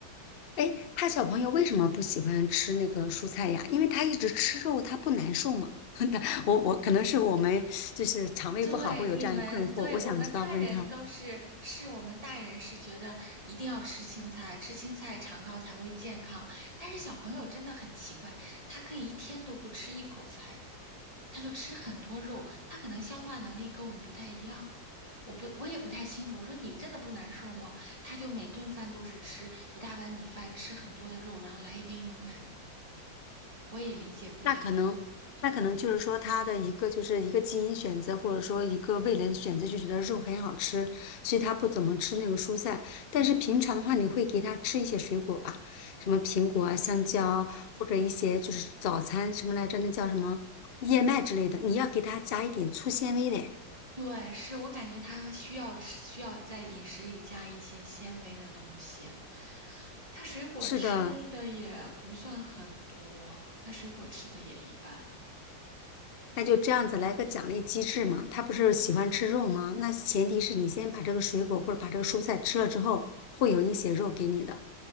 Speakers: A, on the left; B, on the right.
A: 哎，他小朋友为什么不喜欢吃那个蔬菜呀？因为他一直吃肉，他不难受吗？<laughs> 他我我可能是我们就是肠胃不好会有这样一困惑，
B: 对，你们，对，
A: 我想知道问他，
B: 我们大人都是，是我们大人是觉得一定要吃青菜，吃青菜肠道才会健康。但是小朋友真的很奇怪，他可以一天都不吃一口菜，他就吃很多肉，他可能消化能力跟我们不太一样。我不，我也不太清楚。我说你真的不难受吗？他就每顿饭都是吃一大碗米饭，吃很多的肉，然后来一杯牛奶。我也理解不了，
A: 那可能那可能就是说他的一个就是一个基因选择，
B: 说
A: 或者说一个味蕾的选择，就觉得肉很好吃，所以他不怎么吃那个蔬菜。但是平常的话，
B: 对。
A: 你会给他吃一些水果吧，什么苹果啊、香蕉啊，或者一些就是早餐什么来着，那叫什么燕麦之类的，你要给他加一点粗纤维的。
B: 对，是我感觉他需要吃，需要在饮食里加一些纤维的东西。他水果吃的也不算很多，
A: 是的，
B: 他水果吃的也一般，
A: 那就这样子来个奖励机制嘛。他不是喜欢吃肉吗？那前提是你先把这个水果或者把这个蔬菜吃了之后，会有一些肉给你的，